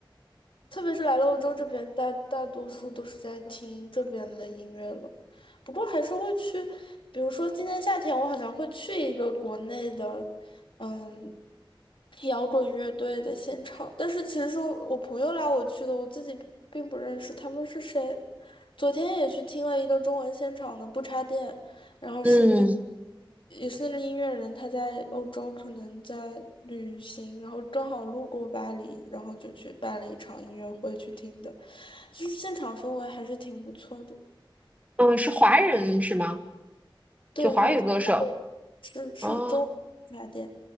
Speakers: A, on the left (about 75°); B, on the right (about 15°).
A: 特别是来了欧洲这边，大大多数都是在听这边的音乐了。不过还是会去，比如说今年夏天，我好像会去一个国内的，嗯。摇滚乐队的现场，但是其实是我朋友拉我去的，我自己并不认识他们是谁。昨天也去听了一个中文现场的不插电，然后是那
B: 嗯
A: 也是那个音乐人，他在欧洲可能在旅行，然后正好路过巴黎，然后就去办了一场音乐会去听的，就是现场氛围还是挺不错的。
B: 嗯，
A: 嗯，
B: 是华人是吗？
A: 对，
B: 就华语歌手。
A: 是是是中文不插电
B: 哦